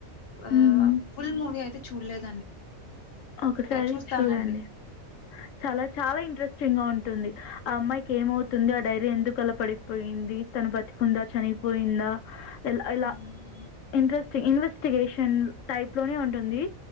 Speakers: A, on the left; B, on the left.
A: ఆ
B: హ్మ్.
A: ఫుల్ మూవీ అయితే చూడలేదు
B: ఒకసారి
A: చూస్తానండి
B: చూడండి చాలా చాలా ఇంట్రెస్టింగ్ గా ఉంటుంది టుంది ఆ అమ్మాయికి ఏమవుతుంది ఆ డైరీ ఎందుకు అల పడిపోయింది తను బతికుందా చనిపోయిందా ఆ ఇలా ఇలా
A: హ్మ్.
B: ఇంట్రెస్టింగ్ ఇన్వెస్టిగేషన్ టైప్ లోనే ఉంటుంది